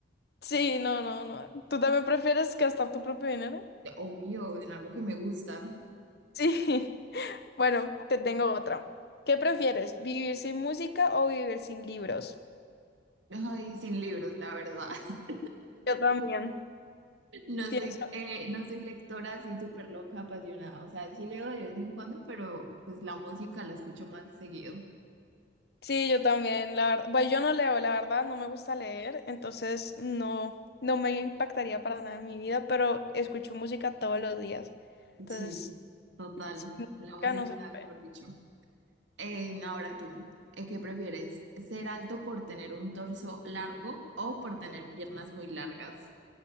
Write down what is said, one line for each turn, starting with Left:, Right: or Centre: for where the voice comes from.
Left: Sí, no, no, no. ¿Tú también prefieres gastar tu propio dinero?
Right: Obvio, en algo que me gusta.
Left: Sí. <laughs> Bueno, te tengo otra. ¿Qué prefieres, vivir sin música o vivir sin libros?
Right: Ay, sin libros, la verdad. <laughs>
Left: Yo también.
Right: No
Left: Pienso,
Right: soy, eh, no soy lectora así súper loca, apasionada. O sea, sí leo de vez en cuando, pero pues la música la escucho más seguido.
Left: sí, yo también, la verdad. Bueno, yo no leo, la verdad, no me gusta leer, entonces no, no me impactaría para nada en mi vida, pero escucho música todos los días. Entonces,
Right: Sí, total.
Left: sin
Right: La
Left: música
Right: música,
Left: no se puede.
Right: mejor dicho. Eh, no, ahora tú, eh, ¿qué prefieres? ¿Ser alto por tener un torso largo o por tener piernas muy largas?